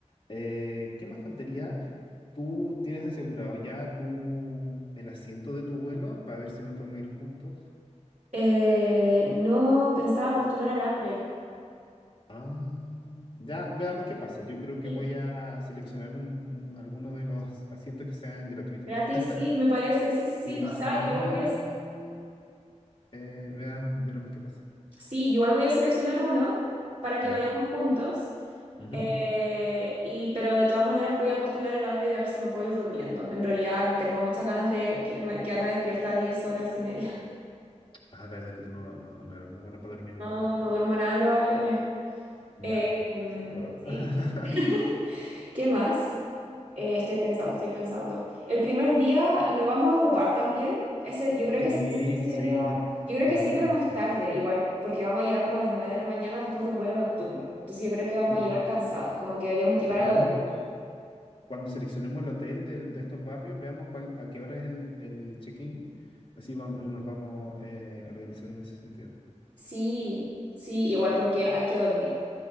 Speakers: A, on the left; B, on the right.
A: Eh, ¿qué más faltaría? ¿Tú tienes asegurado ya tu, el asiento de tu vuelo para ver si nos podemos ir juntos?
B: Eh, no pensaba postular al upgrade.
A: Ah, ya, veamos qué pasa. Yo creo que
B: Sí,
A: voy a seleccionar un, un- alguno de los <laughs> asientos que sean gratuitos.
B: gratis,
A: <laughs>
B: sí, me parece, sí, sí, sí.
A: Y si
B: O sea,
A: no,
B: igual voy a,
A: eh, vea- veremos qué pasa.
B: sí, igual voy a seleccionar uno para que
A: Ya.
B: vayamos juntos.
A: Ujú.
B: Eh, y, pero de todas maneras voy a postular al APRE y a ver si me puedo ir durmiendo. En realidad no tengo muchas ganas de quedarme, quedarme despierta 10 horas y media. <laughs>
A: Ah, verdad que tú no, no, no eras muy buena para dormir en
B: No,
A: los aviones.
B: no duermo nada en los aviones.
A: Ya,
B: Eh, em,
A: yo sí puedo.
B: sí.
A: <laughs>
B: <laughs> ¿Qué más? Eh, estoy pensando, estoy pensando. El primer día lo vamos a ocupar también. Ese, yo creo
A: Sí,
B: que sí, sí, ese
A: sí,
B: día,
A: sí,
B: yo creo
A: yo
B: que
A: tengo
B: sí,
A: una...
B: pero más
A: ya.
B: tarde, igual, porque vamos a llegar como a las 9 de la mañana después de un vuelo nocturno. Entonces yo creo que vamos
A: Sí,
B: a llegar cansados, como que deberíamos llegar
A: Veamos,
B: a dormir.
A: cuando seleccionemos el hotel de de, estos barrios, veamos cuál, a qué hora es el, el check-in. Así vamos, nos vamos eh, organizando en ese sentido.
B: Sí, sí, igual porque hay que dormir.